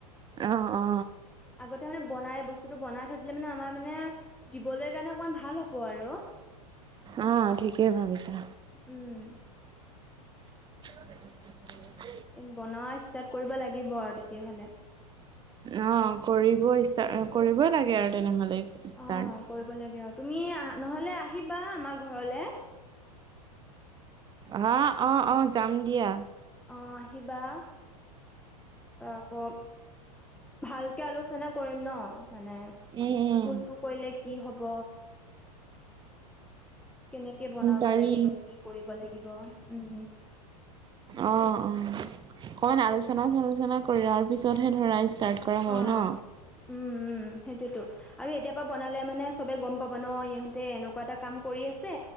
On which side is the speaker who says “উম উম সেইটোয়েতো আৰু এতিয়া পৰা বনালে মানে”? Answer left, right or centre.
Centre